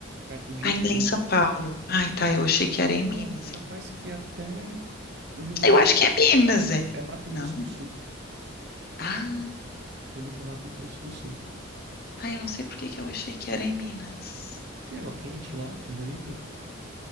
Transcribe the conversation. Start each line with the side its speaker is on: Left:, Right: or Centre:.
Right: perto de
Left: Ainda
Right: Itu.
Left: é em São Paulo. Ai, tá, eu achei que era em
Right: Não,
Left: Minas.
Right: não. Capaz que até no Rio Grande.
Left: Eu acho que é Minas, hein?
Right: É Mato Grosso
Left: Não.
Right: do Sul.
Left: Ah,
Right: Bonito é Mato Grosso do Sul.
Left: ai, eu não sei por que que eu achei que era em Minas.
Right: Tem água quente lá, em Bonito?